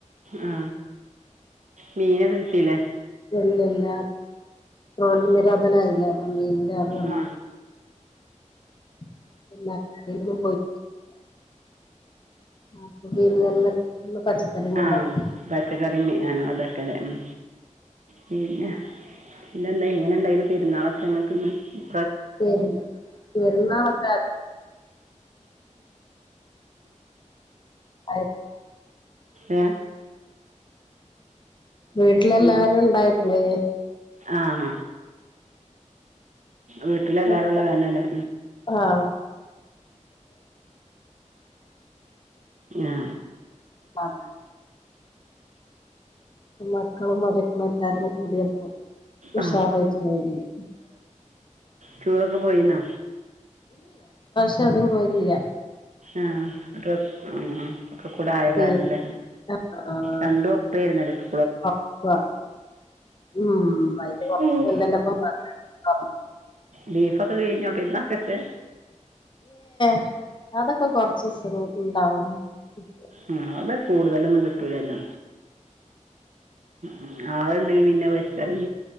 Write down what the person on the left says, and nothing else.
ഇല്ലല്ല ട്രോളിംഗ് നിരോധനം ആയി ലെ മിൻ മിൻ കാര്വന്നിടല്ല
<unintelligible> ആപ്പൊ പിന്നെ ഇന്ന് ഇന്ന് പച്ചക്കറി മേലായി
ശരി പൈരുന്നാൾ ഓക്കെ ആ
വീട്ടിലെല്ലാരും ഉണ്ടായി മ
ഒക്കെ
ആഹ്
ആഹ മക്കളും മരുകളും എല്ലാരും കൂടിയപ്പോ ഉഷാറായിട്ട്
കഴിഞ്ഞു
എവിടേയും പോയിലില്ല
പിന്നെ
ആഹ്
പക്ക ഉം അയിന്റെ കൊറച്ച്
മുന്നല്ലേ ഇപ്പം മദ്രസ തുറന്നത്.
അഹ അതൊക്കെ കുറച്ചിസള്ളൂ <unintelligible>